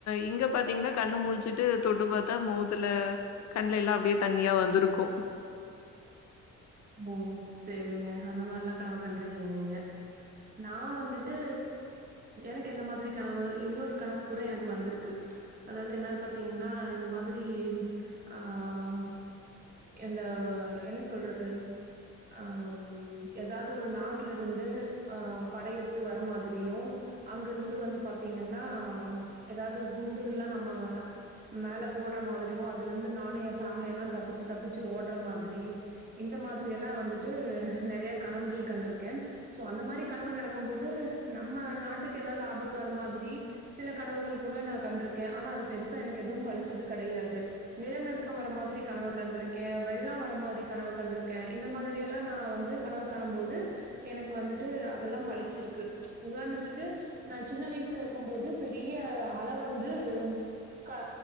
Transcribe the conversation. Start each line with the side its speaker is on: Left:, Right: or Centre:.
Left: இங்க பாத்தீங்கன்னா கண்ணு முழிச்சுட்டு தொட்டு பார்த்தா முகத்துல கண்ல எல்லாம் அப்படியே தண்ணியா வந்திருக்கும்
Right: ஓ சரிங்க அந்த மாதிரல்லாம் கனவு கண்டிருக்கீங்க நீங்க நான் வந்துட்டு எனக்கு எந்த மாதிரி கனவு இன்னொரு கனவு கூட எனக்கு வந்திருக்கு அதாவது என்ன பாத்தீங்கன்னா இந்த மாதிரி ஆஹ் இந்த என்ன சொல்றது அஹம் ஏதாவது ஒரு நாட்டுல இருந்து ஆஹ் படை எடுத்து வர மாதிரியும் அங்க இருந்து வந்து பாத்தீங்கன்னா ஏதாவது குண்டு எல்லாம் நம்ம மேல போடுற மாதிரியும் அதுல இருந்து நானும் என் ஃபேமிலிய எல்லாம் தப்பிச்சு தப்பிச்சு ஓடுற மாதிரி இந் இந்த மாதிரி எல்லாம் வந்துட்டு நிறைய கனவுகள் கண்டிருக்கேன் சோ அந்த மாதிரி கனவு நடக்கும் போது நம்ம நாட்டுக்கு ஏதாவது ஆபத்து வர மாதிரி சில கனவுகள் கூட நான் கண்டிருக்கேன் ஆனா அது பெருசா எனக்கு எதுவும் பளிச்சது கெடையாது நிலநடுக்கம் வர மாதிரி கனவு கண்டிருக்கேன் வெள்ளம் வர மாரி கனவு கண்டிரு க்கேன் இந்த மாதிரி எல்லாம் நான் வந்து கனவு காணும் போது எனக்கு வந்துட்டு அதெல்லாம் பளிச்சிருக்கு உதாரணத்துக்கு நான் சின்ன வயசுல இருக்கும் போது பெரிய அல வந்து க